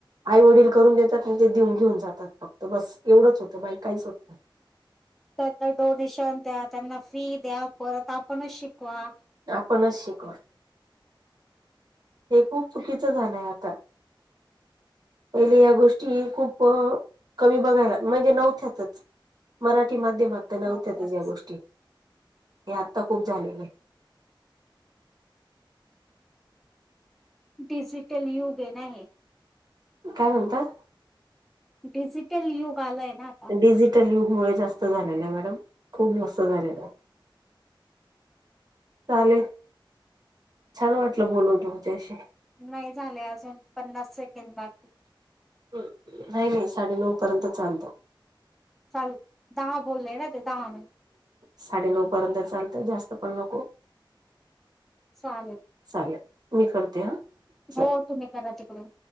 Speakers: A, on the right; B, in the centre.
A: आई वडील करून देतात ते देऊन घेऊन जातात फक्त बस एवढंच होतं बाकी काहीच होत नाही.
B: त्यांना डोनेशन द्या त्यांना फी द्या परत आपणच शिकवा.
A: आपणच शिकवा. हे खूप चुकीच झालंय आता. पहिले या गोष्टी खूप कमी बघायला म्हणजे नव्हत्यातच मराठी मध्य- मात त नव्हत्यातच
B: हा, त्याच
A: या गोष्टी ह्या आत- खूप झालेले-
B: डिजिटल युग- ते णाये
A: काय म्हणता.
B: डिजिटल युग आलाय- ना आता.
A: डिजिटल युग- मुळे जास्त झालेलय मॅडम खूप जास्त झालेलंय. चालेल छान वाटल बोलून तुमच्याशी.
B: नाही झाले अजून पन्नास सेकंड बाकीये.
A: नाही नाही साडे नऊ पर्यंत चालत.
B: हल. दाहा बोलले ना ते दाह-
A: साडे नऊ पर्यंत चालतं जास्त पण नको-
B: चालेल.
A: चालेल मी करते हा. चालेल
B: हो तुम्ही करा तिकडून.